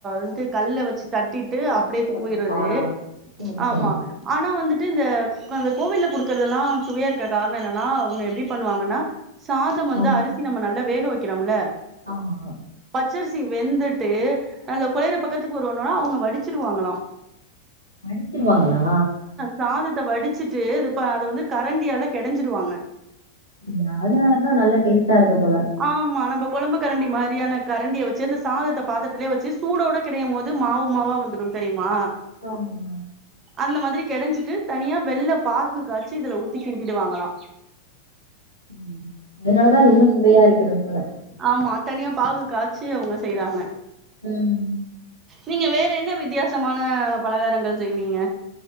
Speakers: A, on the right (about 25°); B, on the left (about 85°).
A: ந்து கல்ல வச்சு தட்டிட்டு
B: தட்டி
A: அப்டே
B: போடுவீங்களா
A: தூவிறது
B: சேரி
A: ஆம்மா
B: சேரி
A: ஆனா வந்துட்டு இந்த அந்த கோவில்ல குடுக்கறதெல்லா சுவையா இருக்க காரண என்னன்னா அவுங்க எப்பிடி பண்ணுவாங்கன்னா சாதொம் வந்து
B: ம்
A: அரிசி நம்ம நல்லா வேக வக்கிறம்ல
B: ஆமா
A: பச்சரிசி வெந்துட்டு நல்ல குழையுற பக்கத்துக்கு வருவோன்னா அவுங்க வடிச்சுருவாங்களா
B: வடிச்சிருவாங்களா
A: சாதத்த வடிச்சிட்டு இப்ப அத வந்து கரண்டியால கெடஞ்சிடுவாங்க
B: இது அதுனாலதா நல்ல டேஸ்ட்டாருக்கு போல
A: ஆம்மா நம்ப கொழம்புக் கரண்டி மாரியான கரண்டிய வெச்சு அந்த சாதத்த பாத்துரத்திலே வெச்சு சூடோட கெடயும்மோது மாவு மாவா வந்துரு தெரியுமா
B: ஆமாங்க
A: அந்த மாதிரி கெடஞ்சிட்டு தனியா வெல்லப் பாகு காச்சி இதுல ஊத்திக் கிண்டிடுவாங்களா
B: <inaudible> அதனாலதா அது இன்னு சுவையா இருக்குது போல
A: ஆம்மா தனியா பாகு காச்சி அவுங்க செய்றாங்க
B: ம்
A: நீங்க வேற என்ன வித்தியாசமான பலகாரங்கள் செய்வீங்க